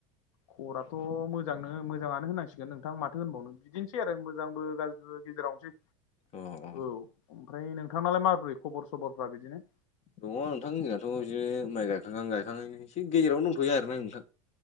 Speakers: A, on the left; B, on the left.
A: खबराथ' मोजांनो मोजाङानो होनांसिगोन नोंथां माथो होनबावनो बिदिनोसै आरो मोजांबो गाज्रिबो गेजेरावनोसै
B: अ अ
A: औ ओमफ्राय नोंथांनालाय माबोरै खबर सबरफ्रा बिदिनो
B: दङ नोंथां जोंनाथ' बिदिनो माइ गायखांहां गायखांहांनो एसे गेजेराव दंथ'यो आरोना नोंथां